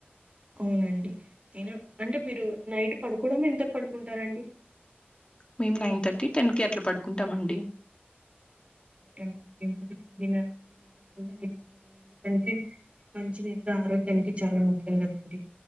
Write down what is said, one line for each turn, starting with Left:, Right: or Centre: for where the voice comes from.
Right: అవునండి అయినా అంటే మీరు నైట్ పడుకోవడం ఎంతకు పడుకుంటారండి
Left: మేము నైన్ థర్టీ, టెన్ కీ అట్లా పడుకుంటామండి
Right: మంచిండిటి తొమ్మిదిన్నర పది గంటల కింద నిద్రపోతాం ఎందుకంటే మంచి నిద ఆరోగ్యానికి చాలా ముఖ్యం కదండి